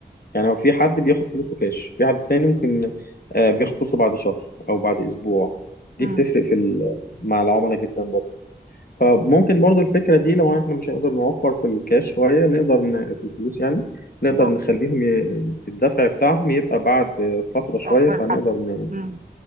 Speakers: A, on the left; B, on the right.
A: يعني في حد بياخد فلوسه كاش في حد تاني ممكن آه، بياخد فلوسه بعد شهر او بعد اسبوع دي
B: مم.
A: بتفرق في ال- مع العملاء جدا برضو فممكن برضو الفكرة دي لو احنا مش هنقدر نوفر في الكاش شوية نقدر ن... في الفلوس يعني نقدر
B: اه
A: نخليهم ي... الدفع بتاعهم يبقى بعد فترة
B: متأخر
A: شوية فنقدر
B: حبة
A: ن...
B: مم.